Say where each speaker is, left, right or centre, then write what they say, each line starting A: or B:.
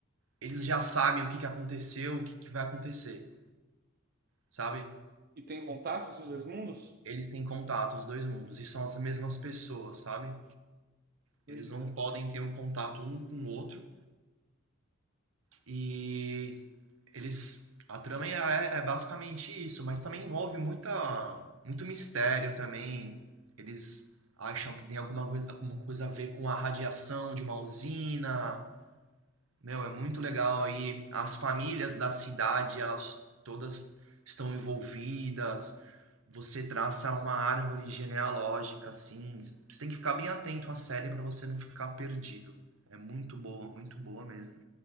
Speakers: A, on the right; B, on the right.
A: eles já sabem o que que aconteceu, o que que vai acontecer, sabe?
B: E tem contato esses dois mundos?
A: Eles têm contato, os dois mundos, e são as mesmas pessoas, sabe?
B: Doideira.
A: Eles não podem ter um contato um com o outro. E eles. A trama é, é é basicamente isso, mas também envolve muita, muito mistério também. Eles acham que tem alguma coisa, alguma coisa a ver com a radiação de uma usina, Meu, é muito legal e as famílias da cidade, elas todas estão envolvidas. Você traça uma árvore genealógica assim. Você tem que ficar bem atento à série para você não ficar perdido. É muito boa, muito boa mesmo.